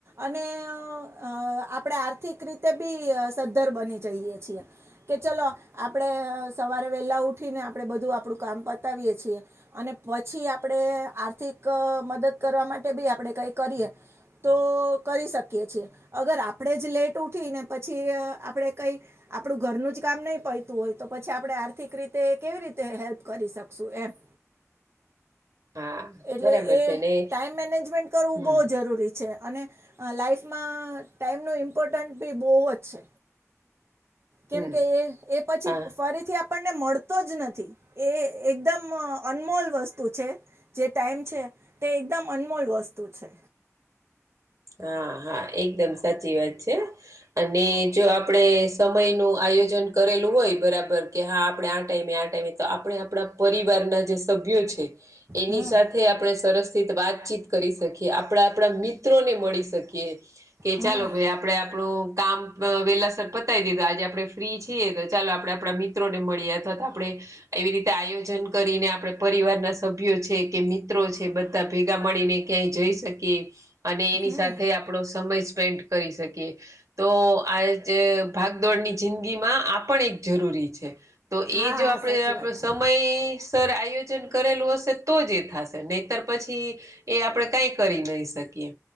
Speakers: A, on the right; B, on the right.
A: અને અ આપણેે આર્થિક રીતે બી સદ્ધર બની જઈએ છીએ કે ચલો આપણે સવારે વહેલાં ઉઠીને આપણે બધું આપણું કામ પતાવીએ છીએ. અને પછી આપણેે આર્થિક મદદ કરવા માટે. બી આપણેે કઈ કરીએ. તો કરી શકીએ છીએ અગર આપણેે જ લેટ ઉઠી ને પછી આપણેે કઈ આપણું ઘરનું જ કામ નહી પડતું હોય તો પછી આપણે આર્થિક રીતે કેવી રીતે હેલ્પ કરી શકશું એમ
B: હા
A: એટલે
B: બરાબર
A: એ
B: છે ને
A: ટાઈમ મેનેજમેન્ટ કરવું
B: હમ
A: બહુ જરૂરી છે. અને લાઈફમાં ટાઈમનું ઇમ્પોર્ટન્ટ બી બહુ જ છે. કેમ
B: હમ
A: કે એ એ પછી
B: હા
A: ફરીથી આપણને મળતો જ નથી એ એકદમ અનમોલ વસ્તુ છે. જે ટાઈમ છે. તે એકદમ અનમોલ વસ્તુ છે.
B: હા હા એકદમ સાચી વાત છે. અને જો આપણેે સમય નું આયોજન કરેલું હોય બરાબર કે હા આપડણે આ ટાઈમે આ ટાઈમે તો આપણે આપણા પરિવારના જે સભ્યો છે. એની
A: હમ
B: સાથે આપણે સરસ થિત વાતચીત કરી શકીએ આપણા આપણા મિત. મિત્રો ને મળી શકીએ કે
A: હમ
B: ચાલો ભાઈ આપણે આપણું કામ. વેહેલા સરર પતાવી દીધા આજે આપણે ફ્રી છીએ તો ચાલો આપણે આપણા મિત્રોને મળીએ અથવા તો આપણે એવી રીતે આયોજન કરીને આપણે પરિવારના સ ભ છે. કે મિત્રો છે. બધા ભેગા મળીને ક્યાંય જઈ શકીએ અને એની
A: હમ
B: સાથે આપ આપણો સમય સ્પેન્ડ કરી શકીએ તો આ જે ભાગદોડની જિંદગીમાં આપણ એક જરૂરી છે. તો
A: હા
B: એ જો આપણેે
A: સાચી વાત છે
B: સમય સર આયોજન કરેલું હશે તો જ એ થશે નહીતર પછી એ આપણે કઈ કરી નહી શકીએ